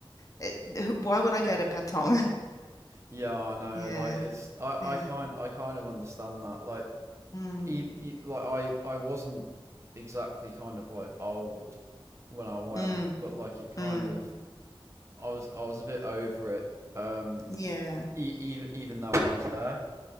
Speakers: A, on the left; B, on the right.
A: it, why would I go to Patong? <laughs>
B: Yeah, I know.
A: Yeah,
B: Like, it's I
A: yeah,
B: I kind I kind of understand that. Like,
A: mm,
B: ev e like I I wasn't exactly kind of like old when I went,
A: mm,
B: but like it kind
A: mm,
B: of I was I was a bit over it. Um,
A: yeah,
B: e- even even though I was there,